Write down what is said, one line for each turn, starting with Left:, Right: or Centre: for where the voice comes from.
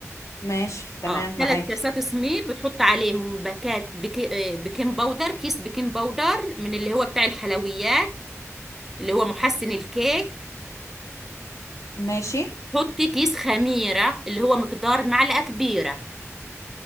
Left: ماشي تمام
Centre: اه ثلاث
Left: معاكي
Centre: كاسات سميد بتحط عليهم باكات بكي... آه، بيكنج باودر كيس بيكنج باودر من اللي هو بتاع الحلويات اللي هو محسن الكيك
Left: ماشي
Centre: تحطي كيس خميرة اللي هو مقدار معلقة كبيرة